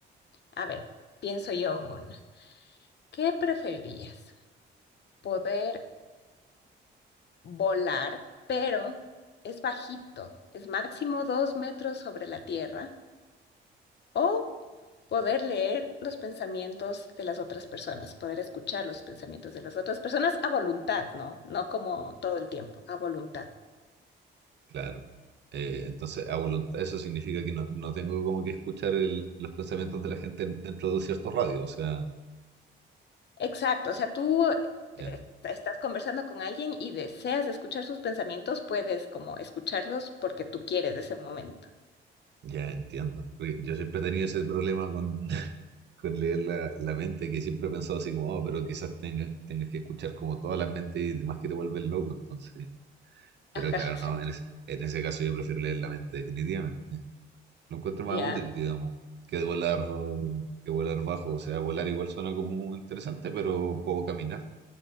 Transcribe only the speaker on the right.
Claro. Eh, entonces, a voluntad, eso significa que no, no tengo como que escuchar el- los pensamientos de la gente dentro de un cierto radio. O sea,
ya,
ya entiendo. Porque yo siempre tenía ese problema con, <laughs> con leer la, la mente, que siempre he pensado así como, oh, pero quizás tengas, tengas que escuchar como todas las mentes y demás que te vuelven loco. Entonces, pero
claro,
no, en, es- en ese caso yo prefiero leer la mente definitivamente. Lo encuentro más
útil, digamos, que volar, que volar bajo. O sea, volar igual suena como interesante, pero puedo caminar.